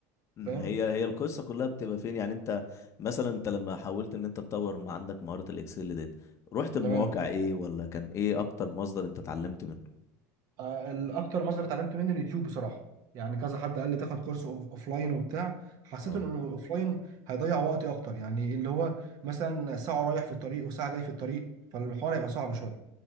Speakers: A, on the left (about 35°); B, on the right (about 45°).
A: أمم،
B: فاهم
A: هي هي القصه كلها بتبقى فين يعني انت مثلا انت لما حاولت ان انت تطور ما عندك مهاره الاكسل ديت رحت المواقع
B: تمام
A: ايه ولا كان ايه اكتر مصدر انت اتعلمت منه
B: آه، الاكتر مصدر اتعلمت منه اليوتيوب بصراحه يعني كذا حد قال لي تاخد كورس اوف لاين وبتاع حسيت
A: اه
B: ان الاوف لاين هيضيع وقتي اكتر يعني اللي هو مثلا ساعه رايح في الطريق وساعه جاي في الطريق فالحوار هيبقى صعب شويه